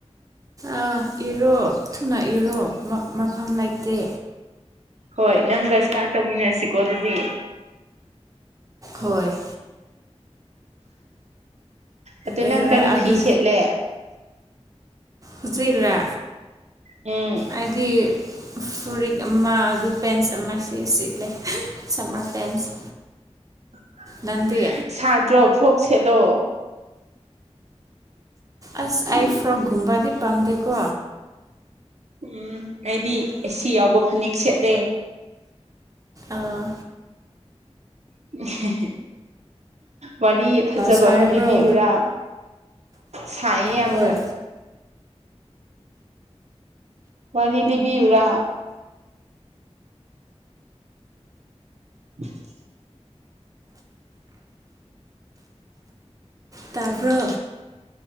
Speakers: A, on the right (about 30°); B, on the right (about 80°).
A: ꯑꯥ ꯏꯔꯣ ꯊꯨꯅ ꯏꯔꯣ ꯃ ꯃꯐꯝ ꯂꯩꯇꯦ
B: ꯍꯣꯏ ꯅꯪꯒ ꯏꯁꯇꯥꯔꯠ ꯇꯧꯃꯤꯟꯅꯔꯁꯤꯀꯣ ꯑꯗꯨꯗꯤ
A: ꯍꯣꯢ
B: ꯑꯗꯨ
A: ꯑꯦꯔ
B: ꯅꯪ ꯀꯔꯤ
A: ꯑꯗꯨ
B: ꯐꯤ ꯁꯦꯠꯂꯦ
A: ꯍꯨꯖꯤꯛꯔ
B: ꯎꯝ
A: ꯑꯩꯗꯤ ꯐꯨꯔꯤꯠ ꯑꯃ ꯑꯗꯨ ꯄꯦꯟꯁ ꯑꯃ ꯁꯤ ꯁꯤꯛꯂꯦ ꯁꯝꯃꯔ ꯄꯦꯟꯁ
B: INAUDIBLE
A: ꯅꯪꯗꯤ
B: ꯁꯥꯗ꯭ꯔꯣ ꯐ꯭ꯔꯣꯛ ꯁꯦꯠꯂꯣ
A: ꯑꯥꯁ ꯑꯩ ꯐ꯭ꯔꯣꯛ ꯀꯨꯝꯕꯥꯗꯤ ꯄꯥꯝꯗꯦꯀꯣ
B: ꯎꯪ ꯑꯩꯗꯤ ꯑꯦꯁꯤ ꯌꯥꯎꯕ ꯐꯅꯦꯛ ꯁꯦꯠꯂꯦ
A: ꯑꯥꯑ
B: INAUDIBLE ꯋꯥꯔꯤ ꯐꯖꯕ
A: ꯁꯥꯔꯕ꯭ꯔꯣ
B: ꯑꯃ ꯂꯤꯕꯤꯋꯨꯔꯥ ꯁꯥꯏꯌꯦ ꯌꯥꯝꯅ
A: ꯍꯣꯏ
B: ꯋꯥꯔꯤ ꯂꯤꯕꯤꯋꯨꯔꯥ INAUDIBLE
A: ꯇꯕ꯭ꯔꯣ